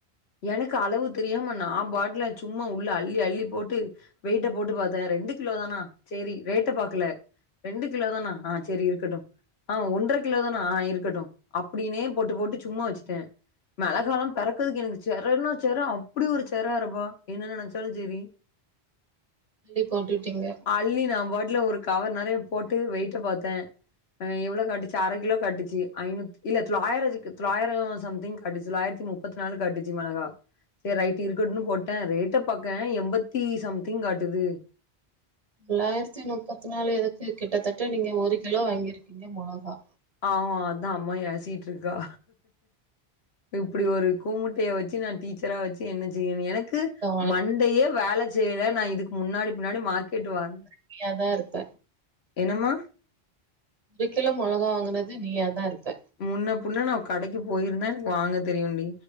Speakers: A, on the left; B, on the right.
A: எனக்கு அளவு தெரியாம நாம் பாட்ல சும்மா உள்ள அள்ளி அள்ளி போட்டு வெய்ட்ட போட்டு பாத்த ரெண்டு கிலோ தானா சேரி ரேட்ட பாக்குல ரெண்டு கிலோ தானா ஆ சேரி இருக்கட்டு ஆ ஒன்ற கிலோதானா ஆ இருக்கட்டு அப்டினே போட்டு போட்டு சும்மா வச்சுட்ட மெளகாலா பெறக்றதுக்கு எனக்கு செரன்னா செர அப்டி ஒரு செர அரபா என்ன நெனைச்சாலு செரி
B: தள்ளி போட்டுட்டீங்க
A: அள்ளி நாம்பாட்ல ஒரு கவர் நறைய போட்டு வெய்ட்ட பாத்த அ எவ்ள காட்டுச்சு அர கிலோ காட்டுச்சு ஐநூத் இல்ல தொளாயிர இருக்கு தொளாயர சம்திங் காட்டுச் தொளாயிர தி முப்பத் நாலு காட்டுச்சு மெளகா சேர் ரைட்டு இருக்கட்டுன் போட்டே ரேட்ட பாக்கே எம்பத்தி சம்திங் காட்டுது
B: தொளாயிரத்தி முப்பத் நாலு எதுக்கு கிட்டத்தட்ட நீங்க ஒரு கிலோ வாங்கிருக்கிங்க மொளகா
A: ஆமா அதா அம்மா ஏசிட்ருக்கா இப்பிடி ஒரு கூமுட்டய வச்சு நா டீச்சரா வச்சு என்ன செய்யன் எனக் கு
B: அழகா
A: மண்டையே வேல செய்ல நா இதுக்கு முன்னாடி பின்னாடி மார்க்கெட் வந்
B: நீயா தான் இருப்ப.
A: என்னமா
B: ஒரு கிலோ மொளகா வாங்குனது நீயா தா இருப்ப
A: முன்ன பின்ன நா கடைக்கு போயிருந்தா எனக்கு வாங்க தெரியுண்டி